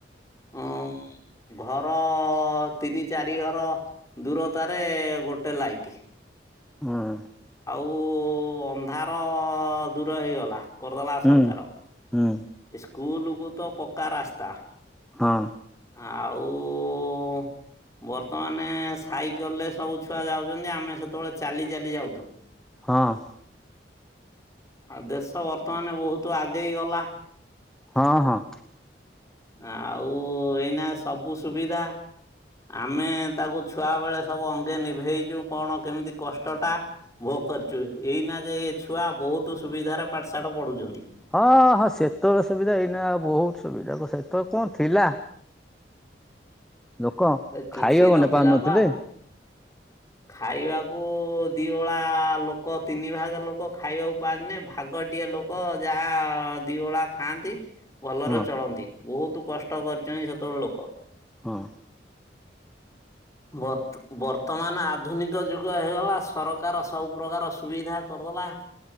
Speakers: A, on the left; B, in the centre.
A: ଉମ୍ ଘର ତିନି ଚାରି ଘର ଦୂରତାରେ ଗୋଟେ ଲାଇଟ୍
B: ହଁ।
A: କୁ ଅନ୍ଧାର ଦୂର ହେଇଗଲା। କରିଦେଲା
B: ହୁଁ
A: ସରକାର।
B: ହୁଁ
A: ସ୍କୁଲକୁ ତ ପକ୍କା ରାସ୍ତା
B: ହଁ
A: ଆଉ ବର୍ତ୍ତମାନେ ସାଇକଲରେ ସବୁ ଛୁଆ ଯାଉଛନ୍ତି। ଆମେ ସେତେବେଳେ ଚାଲି ଚାଲି ଯା
B: ହଁ।
A: ଆଉ ଦେଶ ବର୍ତ୍ତମାନ ବହୁତ ଆଗେଇ ଗଲା।
B: ହଁ ହଁ।
A: ଆଉ ଏଇନା ସବୁ ସୁବିଧା। ଆମେ ତାକୁ ଛୁଆ ବେଳେ ସବୁ ଅଙ୍ଗେ ନିଭେଇଚୁ କଣ କେମିତି କଷ୍ଟଟା ଭୋଗ କରିଚୁ। ଏଇନା ଯେ ଏ ଛୁଆ ବହୁତ ସୁବିଧାରେ ପାଠଶାଠ ପଢୁଛନ୍ତି।
B: ହଁ ହଁ ସେତେବେଳେ ସୁବିଧା ଏଇନା ଆଉ ବହୁତ ସୁବିଧା ସେତେବେଳେ କଣ ଥିଲା? ଲୋକ
A: ଏ କିଛି
B: ଖାଇବାକୁ
A: ନଥିଲା
B: ଗଣ୍ଡେ ପାଉନଥିଲେ।
A: ବା ଖାଇବାକୁ ଦି ଓଳା ଲୋକ ତିନି ଭାଗ ଲୋକ ଖାଇବାକୁ ପାଆନ୍ତି ନେଇ ଭାଗ ଗୋଟିଏ ଲୋକ ଯାହା ଦିଓଳା ଖାଆନ୍ତି ଭଲରେ
B: ହଁ
A: ଚଳନ୍ତି। ବହୁତ କଷ୍ଟ କରିଛନ୍ତି ସେତେବେଳ ଲୋକ।
B: ହଁ
A: ବତ୍ ବର୍ତ୍ତମାନ ଆ ଆଧୁନିକ ଯୁଗ ହେଇଗଲା ସରକାର ସବୁପ୍ରକାର ସୁବିଧା କରିଦେଲା।